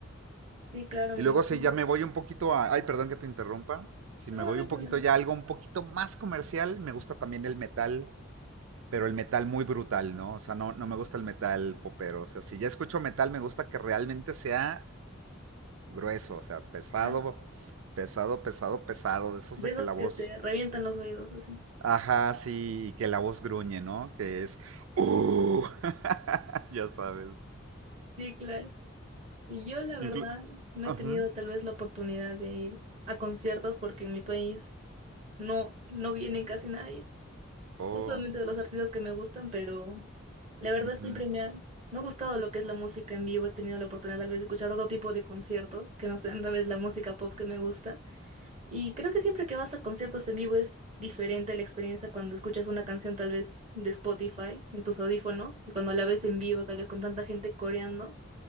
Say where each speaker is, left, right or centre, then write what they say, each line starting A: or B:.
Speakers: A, on the right; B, on the right.
A: Sí, claro, me
B: Y luego
A: imagino.
B: si ya me voy un poquito a... Ay, perdón que te interrumpa. Si
A: No,
B: me voy
A: no hay
B: un
A: problema.
B: poquito ya a algo un poquito más comercial, me gusta también el metal, pero el metal muy brutal, ¿no? O sea, no, no me gusta el metal popero. O sea, si ya escucho metal, me gusta que realmente sea grueso, o sea, pesado,
A: Ah,
B: pesado, pesado, pesado. De esos
A: de
B: de
A: esas
B: que la
A: que
B: voz...
A: te revientan los oídos, así.
B: Ajá, sí, y que la voz gruñe, ¿no? Que es... ¡Uh! <laughs> ya sabes.
A: Sí, claro. Y yo, la verdad,
B: Inclu...
A: no
B: Ajá.
A: he tenido tal vez la oportunidad de ir a conciertos porque en mi país no, no vienen casi nadie,
B: Oh.
A: justamente de los artistas que me gustan, pero la verdad
B: ujú.
A: siempre me ha, me ha gustado lo que es la música en vivo. He tenido la oportunidad tal vez de escuchar otro tipo de conciertos que no sean tal vez la música pop que me gusta. Y creo que siempre que vas a conciertos en vivo es diferente la experiencia cuando escuchas una canción tal vez de Spotify en tus audífonos y cuando la ves en vivo tal vez con tanta gente coreando.